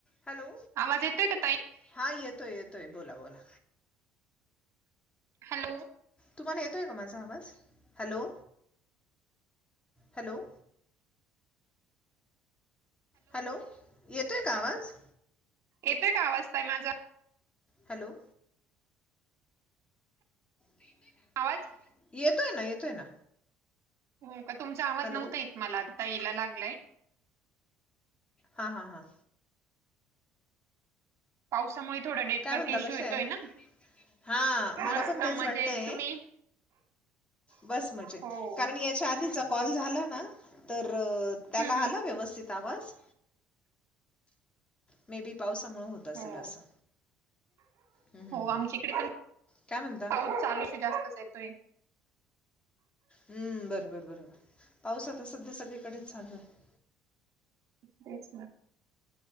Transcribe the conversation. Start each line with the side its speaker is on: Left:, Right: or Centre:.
Left: हॅलो.
Right: आवाज येतोय का ताई?
Left: हां येतोय येतोय, बोला बोला.
Right: हॅलो.
Left: तुम्हाला येतोय का माझा आवाज? Hello, hello. हॅलो, येतोय का आवाज?
Right: येतोय का आवाज ताई माझा?
Left: हॅलो. येतोय का <inaudible>
Right: आवाज.
Left: येतोय ना येतोय ना.
Right: हो का तुमचा आवाज
Left: हॅलो
Right: नव्हता येत मला आता यायला लागलाय.
Left: हां हां हां
Right: पावसामुळे थोडा नेटवर्क
Left: काय म्हणता
Right: इश्यू
Left: कशा
Right: येतोय
Left: आहे
Right: ना.
Left: हां मला
Right: मस्त
Left: पण तेच
Right: मजेत
Left: वाटतंय.
Right: तुम्ही?
Left: बस मजेत,
Right: हो
Left: कारण या च्या आधीचा कॉल झाला ना तर त्याला
Right: हम्म हम्म
Left: आला व्यवस्थित आवाज. मे बी पावसामुळं होत असेल
Right: हो
Left: असं. हम्म हम्म
Right: हो
Left: हम्म
Right: आमच्या इकडे पण
Left: काय म्हणता.
Right: पाऊस चालूच आहे जास्तच येतोय.
Left: हम्म बरोबर बरोबर पाऊस आता संध्या सगळीकडेच चालू आहे.
Right: तेच ना